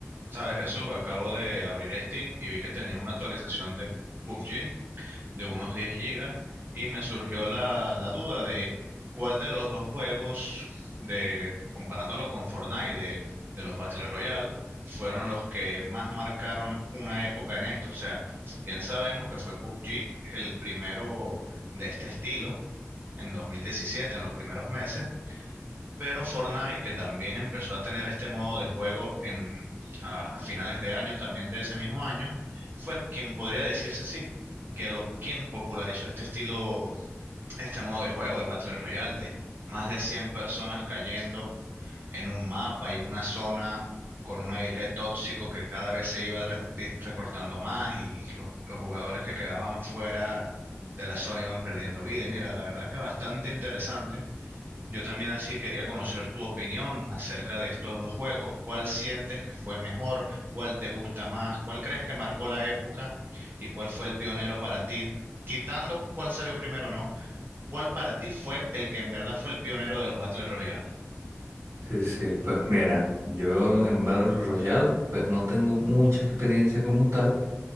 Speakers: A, on the right (about 45°); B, on the right (about 80°).
A: Sabes, Jesús, acabo de abrir Steam y vi que tenía una actualización de PUBG de unos 10 gigas y me surgió la, la duda de cuál de los dos juegos, de, comparándolo con Fortnite, de, de los Battle Royale, fueron los que más marcaron una época en esto. O sea, bien sabemos que fue PUBG el primero de este estilo en 2017, en los primeros meses, pero Fortnite, que también empezó a tener este modo de juego en, a, a finales de año, también de ese mismo año, fue quien podría decirse sí, que lo, quien popularizó este estilo, este modo de juego de Battle Royale, de más de 100 personas cayendo en un mapa y una zona con un aire tóxico que cada vez se iba re- di- recortando más y los, los jugadores que quedaban fuera de la zona iban perdiendo vida. Y mira, la verdad es que bastante interesante. Yo también así quería conocer tu opinión acerca de estos dos juegos. ¿Cuál sientes que fue mejor? ¿Cuál te gusta más? ¿Cuál crees que marcó la época? ¿Y cuál fue el pionero para ti? Quitando cuál salió primero o no, ¿cuál para ti fue el que en verdad fue el pionero de los Battle Royale?
B: Sí, sí, pues mira, yo en Battle Royale pues no tengo mucha experiencia como tal